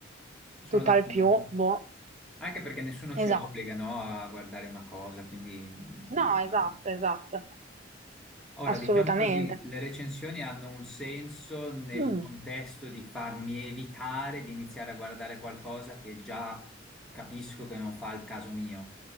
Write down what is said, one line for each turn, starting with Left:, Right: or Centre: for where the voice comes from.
Centre: sono
Right: Tutt'al
Centre: d'accordo.
Right: più, boh,
Centre: Anche perché nessuno
Right: esatto.
Centre: ci obbliga, no, a guardare una cosa, quindi non-
Right: No,
Centre: no,
Right: esatto, esatto,
Centre: Ora,
Right: assolutamente.
Centre: diciamo così, le recensioni hanno un senso nel
Right: Mm,
Centre: contesto di farmi evitare di iniziare a guardare qualcosa che già capisco che non fa il caso mio.